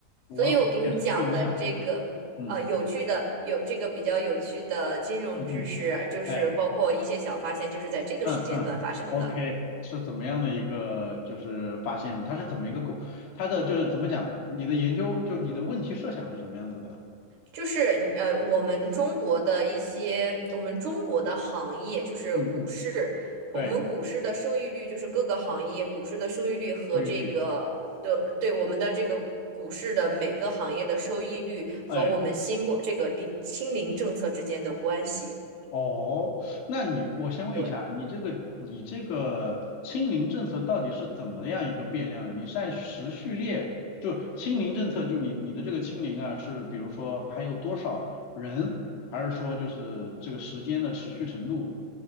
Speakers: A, on the left; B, on the right.
A: 我我也是受影响的，
B: 所以我给你讲的这个，
A: 对嗯
B: 呃，有趣的有这个比较有趣的金融知识，
A: 嗯嗯，
B: 就是包括一些小发现，
A: 哎，
B: 就是在这个时间段发生的。
A: 嗯嗯，OK，是怎么样的一个就是发现的？它是怎么一个构？它的就是怎么讲？你的研究就你的问题设想是什么样子的？
B: 就是你呃，我们中国的一些，我们中国的行业就是股市，
A: 嗯嗯，对，
B: 我们股市的收益率就是各个行业股市的收益率和这个的对我们的这个股市的每个行业的收益率和我们新冠这个零清零政策之间的关系。
A: 收益率，哎。哦，那你我先问一下，
B: 对。
A: 你这个你这个清零政策到底是怎么样一个变量呢？你是按时序列，就清零政策，就你你的这个清零啊，是比如说还有多少人，还是说就是这个时间的持续程度？